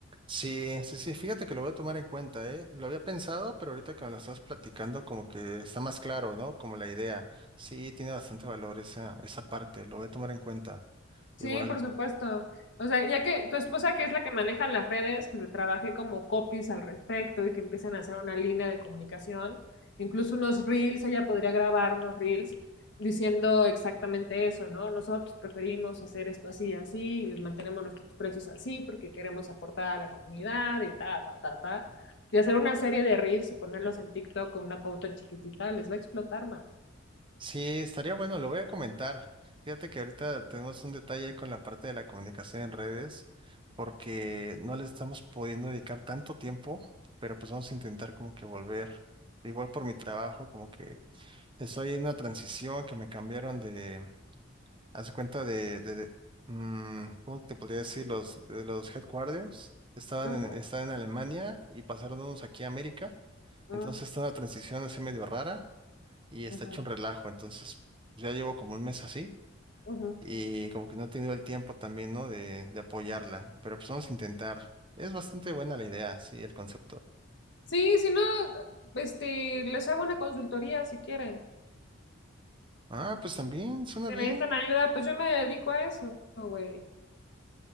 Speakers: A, on the right (about 25°); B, on the left (about 60°).
A: Sí, sí, sí, fíjate que lo voy a tomar en cuenta, ¿eh? Lo había pensado, pero ahorita que me lo estás platicando, como que está más claro, ¿no? Como la idea. Sí, tiene bastante valor esa, esa parte, lo voy a tomar en cuenta.
B: Sí,
A: Igual.
B: por supuesto. O sea, ya que tu esposa, que es la que maneja las redes, que se trabaje como copies al respecto y que empiecen a hacer una línea de comunicación, incluso unos reels, ella podría grabar unos reels diciendo exactamente eso, ¿no? Nosotros preferimos hacer esto así y así, y mantenemos nuestros precios así porque queremos aportar a la comunidad y ta, ta, ta, ta. Y hacer una serie de reels y ponerlos en TikTok con una pauta chiquitita, les va a explotar, man.
A: Sí, estaría bueno, lo voy a comentar. Fíjate que ahorita tenemos un detalle ahí con la parte de la comunicación en redes, porque no le estamos pudiendo dedicar tanto tiempo, pero pues vamos a intentar como que volver. Igual por mi trabajo, como que estoy en una transición que me cambiaron de, hace cuenta de, de, de, mm, ¿cómo te podría decir? Los, de los headquarters. Estaban
B: Ajá,
A: en, estaban en Alemania y pasaron unos aquí a América.
B: ajá,
A: Entonces está una transición así medio rara y está
B: ajá,
A: hecho un relajo. Entonces, pues, ya llevo como un mes así
B: ujú.
A: y como que no he tenido el tiempo también, ¿no? De, de apoyarla, pero pues vamos a intentar. Es bastante buena la idea, sí, el concepto.
B: Sí, si no, este, les hago una consultoría si quieren.
A: Ah, pues también, suena
B: Si
A: bien.
B: necesitan ayuda, pues yo me dedico a eso, güey,